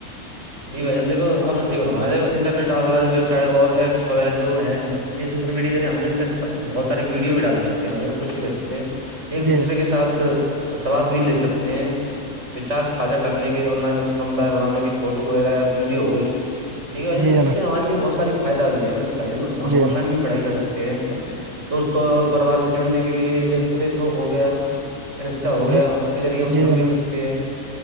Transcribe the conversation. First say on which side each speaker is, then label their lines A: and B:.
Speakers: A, on the right (about 55°); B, on the right (about 20°).
A: جی بھائی جان دیکو آپ نےحی فرمایا دیک انٹرنیٹ آ سے اور ایپس وغیرہ جو ہے جی سوشل میڈیا ہم پہ بہت ساری ویڈیو بھی ڈال سکتے ہیں ن کچھ بھی کر سکتے ہیں ایک
B: جی
A: دوسرے کے ساتھ سواد بھی لے سکتے ہیں وچار ساھا کرنے کے آن لائن اور سمدائے بنانے کے فوٹو فوٹو وغیرہیا ویڈیو ہو گئی ٹھیک ہے بائیان
B: جی
A: اس
B: جناب
A: سے ہمارے بہت ساری فائد بھی ہے بھائی ہم
B: جی جناب
A: آن لائن بھی پڑھائی کر سکتے ہیں دوستوں اور پریوار سے جڑنے کے لیے جیسے فیس بک ہو گیا نسٹہ ہو گیا
B: جی جی
A: اس کے ذریعے ہم
B: جی
A: جڑ
B: جناب
A: بھی سکتے ہیں